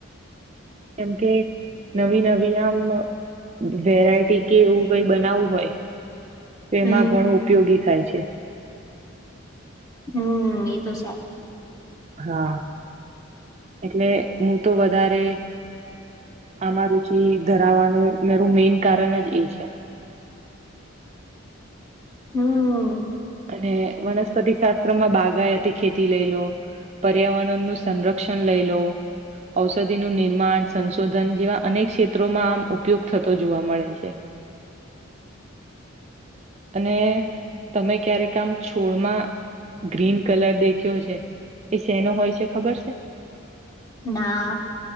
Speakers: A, on the right (about 30°); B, on the left (about 15°).
A: કેમ કે નવી નવી આમ. વેરાયટી કે એવું કઈ બનાવવું હોય. તેમાં
B: હમ
A: ઘણું ઉપયોગી થાય છે.
B: હમ એ તો સારું.
A: હા એટલે હું તો વધારે. આમાં રુચિ ધરાવાનું મેરું મેન કારણ જ એ છે. <inaudible>
B: હમ.
A: અનેને વનસ્પતિ શાસ્ત્ર માં બાગાય હતી ખેતી લઈ લો. પર્યાવરણનુંું સંરક્ષણ લઈ લો. ઔષધિનું નિર્માણ સંશોધન, જેવા અનેક ક્ષેત્રોમાં આમ ઉપયોગ થતો, જોવા મળે છે. અને તમે ક્યારેક, આમ છોડમાં. ગ્રીન કલર દેખ્યો છે, એ સેનો હોય છે, ખબર છે?
B: ના,